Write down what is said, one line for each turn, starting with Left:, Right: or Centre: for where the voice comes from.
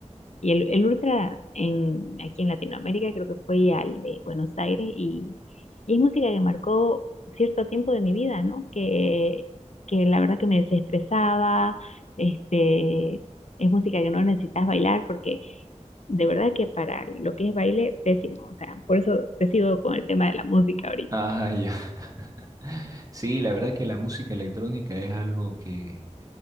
Left: y el, el Ultra en, aquí en Latinoamérica creo que fue al de Buenos Aires y, y es música que marcó cierto tiempo de mi vida, ¿no? Que, que la verdad que me desestresaba, este, es música que no necesitas bailar porque de verdad que para lo que es baile, pésimo. O sea, por eso te sigo con el tema de la música ahorita.
Right: ah, ya. <laughs> Sí, la verdad que la música electrónica es algo que...